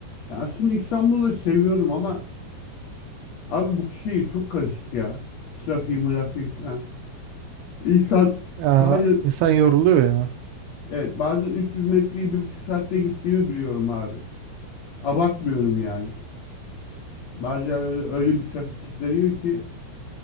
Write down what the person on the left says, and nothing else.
Ya aslında İstanbul'u seviyorum ama abi bu şehir çok karışık ya. Trafiği, mırafiği falan. İnsan
hayır
evet bazen 300 metreyi bir buçuk saatte gittiğimi biliyorum abi. Abartmıyorum yani. Bazen öyle, öyle bir trafik kilitleniyor ki